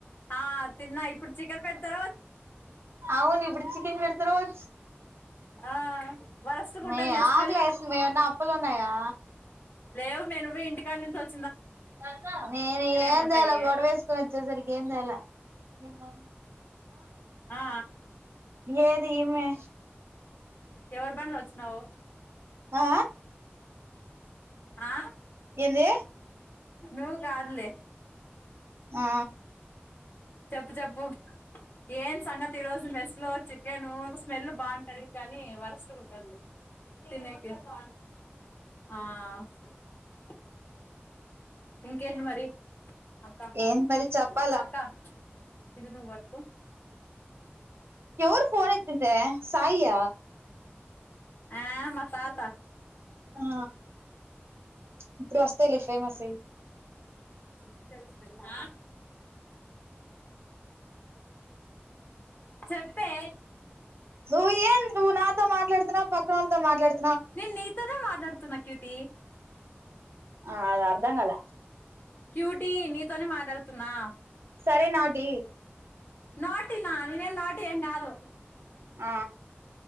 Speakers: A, on the left; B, on the right.
A: ఆ తిన్నా ఇప్పుడు చికెన్ పెడతా
B: అవును, ఇప్పుడు చికిన్ పెడతరోచ్.
A: ఆ వరస్ట్ గా
B: మీ
A: ఉంటది లే స్మెల్
B: ఆకలేస్తుంది గనీ అప్పులున్నాయా?
A: లేవు నువ్వే ఇంటికానుంచి ఒచ్
B: ఒ అక్కా నేను ఏం
A: ఏముంటాయే
B: తేలె. గొడవేసుకుని ఒచ్చేసరికి ఏం తేల. నుమన్
A: ఆ ఆ
B: ఏది ఈమే
A: ఎవరు బండ్లో ఒచ్చిన్నావ్?
B: ఆ
A: ఆ
B: ఏందీ?
A: నువ్ గాదులే
B: ఆ
A: చెప్పు చెప్పు ఏం సంగతి ఈ రోజు మెస్లో చికెనూ స్మెల్ బాఉంటది. కనీ వరస్ట్గుంటోంది తినేకి <unintelligible> ఇంకేంటి మరీ, అక్క!
B: ఏంది మరి చెప్పాల
A: అక్కా! ఇది నువ్ బట్టుకో.
B: ఎవరు ఫోన్ ఎత్తిందీ సాయి యా?
A: ఆ మా తాత.
B: ఆ ఇప్పుడు ఓస్తయి లే ఫేమస్ అయ్.
A: ఇత్తడి సెంబ్ ఆ? చెప్పే.
B: నువ్వు ఏం, నువ్ నాతో మాట్లాడుతున్నవ? ప్రక్కవాళ్ళతో మాట్లాడు
A: నేన్ నీతోనే మాట్లాడుతున్న క్యూటి
B: ఆ అది అర్ధం గాల.
A: క్యూటీ నీతోనే మాట్లాడుతున్నా.
B: సరే నాటీ.
A: నాటి నా! నేనెం నాటి ఏంగాదు.
B: ఆ